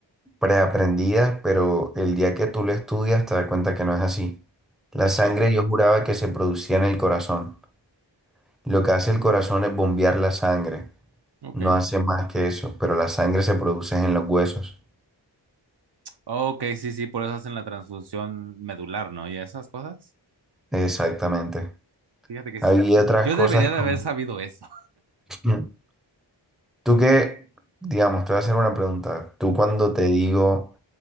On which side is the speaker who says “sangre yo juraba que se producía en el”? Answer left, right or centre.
Centre